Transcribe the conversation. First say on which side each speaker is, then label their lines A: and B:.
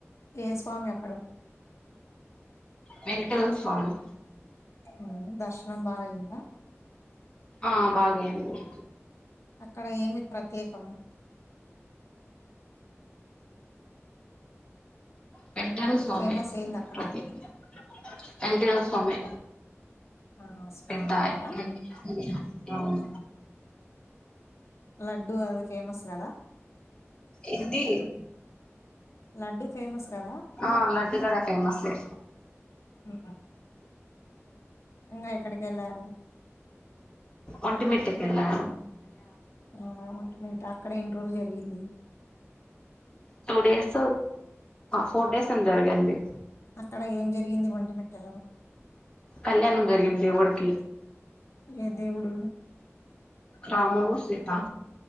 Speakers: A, on the left; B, on the left.
A: ఏ స్వామి అక్
B: వెంకటేశ స్వామి
A: అ దర్శనం బాగైయిందా
B: ఆ బాగైయింది
A: అక్కడ ఏమి ప్రత్యేకం
B: వేంకటేశ్వర స్వామే
A: ఫేమస్ ఏంది అక్కడ
B: ప్రత్యేకం వేంకటేశ్వర స్వామే
A: ఆ స్వామి
B: ఎంటా
A: ఉంటారా
B: <unintelligible> అవును
A: లడ్డు అది ఫేమస్ కదా
B: ఇంది
A: లడ్డు ఫేమస్ కదా
B: ఆ లడ్డుగాడ ఫేమస్సె
A: ఉ ఇంగా ఎక్కడికెళ్ళారు
B: ఒట్టిమిట్ట కెల్లా
A: ఆ ఒట్టిమిట్ట అక్కడ ఎన్ని రోజులు జరిగింది
B: టూ డేస్ ఫోర్ డేస్ ఏ జరగాడి
A: అక్కడ ఏం జరిగింది వంట పెట్టార
B: కళ్యాణం జరిగింది దేవునికి
A: ఏ దేవుడు
B: రాముడు సీత